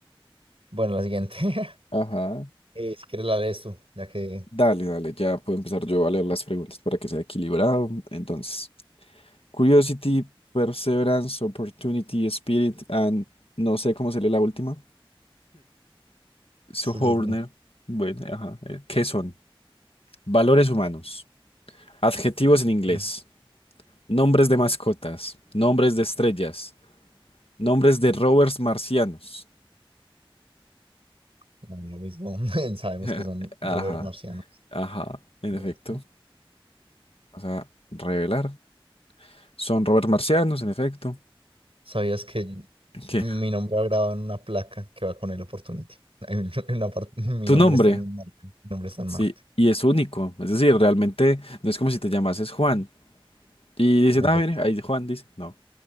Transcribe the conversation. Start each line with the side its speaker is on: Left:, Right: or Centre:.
Right: Bueno, la siguiente. <laughs>
Left: Ajá.
Right: Eh, si quieres la lees tú, ya que
Left: Dale, dale, ya puedo empezar yo a leer las preguntas para que sea equilibrado. Entonces, Curiosity, Perseverance, Opportunity, Spirit, and no sé cómo se lee la última. Sojourner.
Right: Suyukne,
Left: Bueno, ajá. eh, ¿Qué son? Valores humanos. Adjetivos en inglés.
Right: mm,
Left: Nombres de mascotas, nombres de estrellas, nombres de rovers marcianos.
Right: no, lo mismo, <laughs> sabemos
Left: <laughs>
Right: que son
Left: Ajá,
Right: rovers marcianos.
Left: ajá, en
Right: en
Left: efecto.
Right: efecto.
Left: Vas a revelar. Son rovers marcianos, en efecto.
Right: ¿Sabías que
Left: ¿Qué?
Right: mi nombre ha grabado en una placa que va con el Opportunity? <laughs> En una parte, mi
Left: Tu
Right: nombre
Left: nombre,
Right: está en Marte, mi nombre está en
Left: sí,
Right: Marte,
Left: y es único. Es decir, realmente no es como si te llamases Juan. Y dicen,
Right: en efecto.
Left: ah, mire, ahí Juan dice. No,